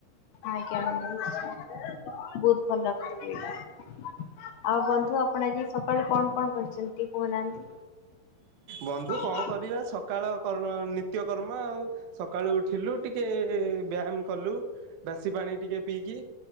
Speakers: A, on the left; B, on the right.
A: ଆଜ୍ଞା ବନ୍ଧୁ ନିଶ୍ଚିନ୍ତ। ବହୁତ <unintelligible> ଆଉ ବନ୍ଧୁ ଆପଣ ଆଜି ସ କୁଆଡେ କଣ କଣ କରିଚନ୍ତି କହୁନାହାନ୍ତି?
B: ବନ୍ଧୁ
A: ଆଜ୍ଞା।
B: କଣ କରିବା ସକାଳ କର୍ମ ନିତ୍ୟ କର୍ମ ଆଉ ସକାଳୁ ଉଠିଲୁ ଟିକେ ବ୍ୟାୟାମ କଲୁ ବାସି ପାଣି ଟିକେ ପିଇକି